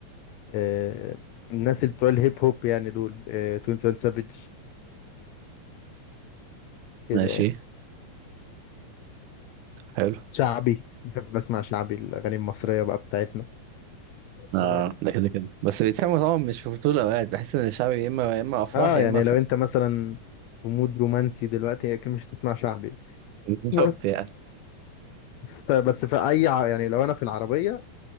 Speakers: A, on the left; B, on the right.
A: آه الناس اللي بتوع الهيب هوب يعني دول آه 21 سافيج كده
B: ماشي
A: يعني
B: حلو
A: شعبي بحب اسمع شعبي الاغاني المصرية بقى بتاعتنا
B: اه
A: آه,
B: ده كده كده بس بيتسموا طبعا مش في طول الاوقات بحس ان الشعبي يا اما يا اما افراح
A: اه
B: يا
A: يعني
B: اما فرح
A: لو انت مثلا في مود رومانسي دلوقتي اكيد مش هتسمع شعبي
B: <laughs>
A: <laughs>
B: وبتاع
A: بس بس في اي ع- يعني لو انا في العربية